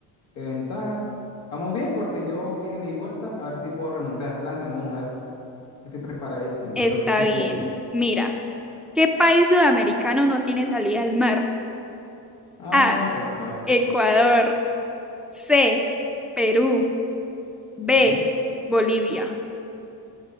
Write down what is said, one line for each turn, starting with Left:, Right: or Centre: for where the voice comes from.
Left: De ventaja. Vamos bien porque yo viene mi vuelta. A ver si puedo remontar. Lánzame una, a ver. Estoy preparadísimo,
Centre: Está
Left: de lo que usted
Centre: bien.
Left: quiera.
Centre: Mira, ¿qué país sudamericano no tiene salida al mar?
Left: Ah,
Centre: A,
Left: está fácil.
Centre: Ecuador. C, Perú. B,
Left: Ajá.
Centre: Bolivia.